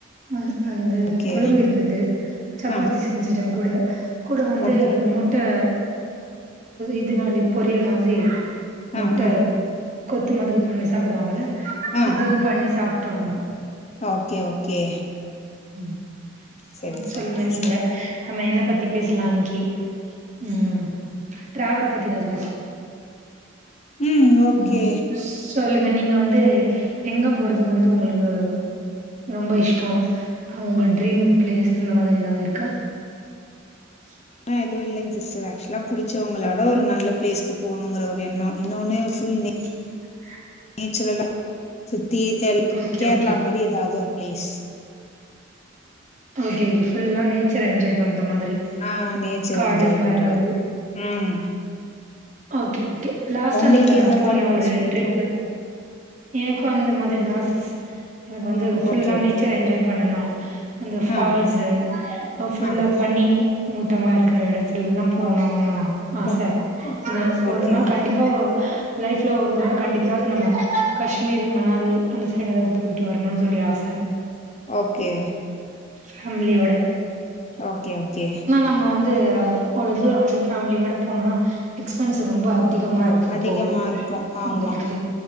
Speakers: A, on the right; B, on the left.
A: ஆ அந்த
B: ஓகே
A: கொழும்பு இருந்தது சப்பாத்தி
B: ஆ
A: செஞ்சிட்ட கூட கூட வந்து
B: ஓகே
A: முட்டை இது மாதிரி பொரியல் மாதிரி முட்ட
B: ஆ ஆ
A: கொத்து மாதிரி பண்ணி சாப்பிடுவாங்க
B: ஆ
A: அதுவும் பண்ணி சாப்ட்டோ நம்ம
B: ஓகே ஓகே
A: ம்
B: சரி சரிங்க
A: சொல்லுங்க
B: சிஸ்டர்
A: நீங்க நம்ம என்ன பத்தி பேசலா இன்னைக்கு ம் ட்ராவல் பத்தி ஏதாவது பேச
B: ம் ஓகே
A: ம் சொல்லுங்க நீங்க வந்து எங்க போறதுக்கு வந்து உங்களுக்கு ரொம்ப இஷ்ட உங்க ட்ரீம் பிளேஸ் இந்த மாதிரி ஏதாவது இருக்கா ச <inaudible>
B: எதுவு இல்லைங்க சிஸ்டர் ஆக்சுவலா புடிச்சவங்களோட ஒரு நல்ல பிளேஸ்கு போணுங்கிற ஒரு எண்ணம் இன்னொன்னு புல் நே
A: ம் <inaudible>
B: நேச்சுரல சுத்தி
A: ஓகே
B: கேரளா
A: ஓகே
B: மாதிரி ஏதாவது ஒரு பிளேஸ்
A: ஓகே புல்லா நேச்சர் என்ஜாய் பண்ற மாதிரி
B: ஆ நேச்சர்
A: காடு
B: என்ஜாய்
A: மரங்கள்
B: பண்ற ம்
A: ஓகே ஓகே லாஸ்ட்டா
B: உங்களுக்கு
A: நீங்கள்
B: எந்த
A: போன
B: மாரி பிளேஸ்
A: ஒரு
B: புடிக்கு
A: ட்ரிப்பு எனக்கு அந்த மாதிரி தா சிஸ் எனக்கு வந்து ஃபுல்லா
B: ஓகே ஓகே
A: நேச்சர் என்ஜாய் பண்ணனு அந்த ஃபால்ஸு
B: ஆ
A: ஃபுல்லா
B: ஆ
A: பனி மூட்டாமா இருக்கிற இடத்து அங்க போனும்னு
B: ஓ
A: ஆச
B: ஓ ஓ
A: ஆனா
B: ஓகே
A: ஒரு நாள் கண்டிப்ப ப்போ லைப்ல ஒரு தடவை கண்டிப்ப வது நம்ம காஷ்மீர் மணாலி அந்த சைடஅதாவது போயிட்டு வரணும்ன்னு சொல்லி ஆசை
B: ஓகே
A: ஃபேமிலியோட
B: ஓகே ஓகே
A: நம்ம வந்து ஒரு தூரம் வந்து ஃபேமிலியோட போனோம்னா எக்ஸ்பென்ஸ் ரொம்ப அதிகமாக இரு இப்போ
B: அதிகமா இருக்கு ஆமா
A: உங்களுக்கு